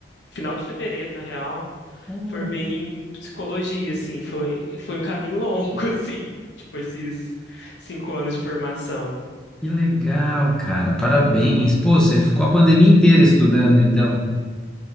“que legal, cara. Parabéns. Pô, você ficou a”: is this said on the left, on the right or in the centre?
Centre